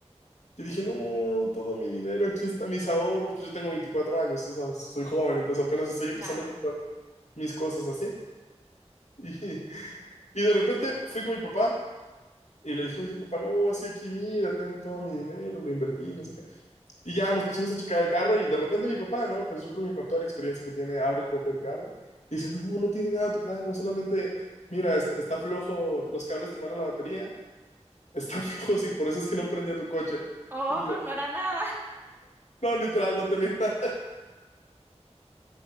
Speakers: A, on the left; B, on the right.
A: Yo dije, no, todo mi dinero, aquí están mis ahorros. Pues yo tengo 24 años, tú sabes, soy joven, entonces apenas estoy empezando
B: claro.
A: a comprar mis cosas así. <laughs> Y, y de repente fui con mi papá y le dije, oye, papá, no, así aquí mira, tengo todo mi dinero, lo invertí, no sé qué. Y ya nos pusimos a checar el carro y de repente mi papá, no, pues yo creo que con toda la experiencia que tiene, abre el cofre del carro y dice, no, no tiene nada tu carro, solamente, mira, est- está, flojo los cables que van a la batería, <laughs> están flojos y por eso es que no prendió tu coche.
B: Oh,
A: Y
B: pero
A: yo,
B: no era nada,
A: no, literal, no tenía nada.